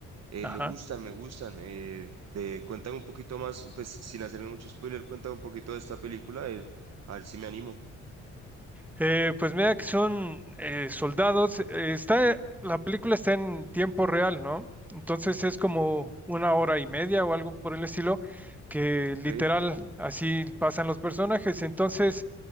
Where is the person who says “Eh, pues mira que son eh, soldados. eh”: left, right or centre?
Centre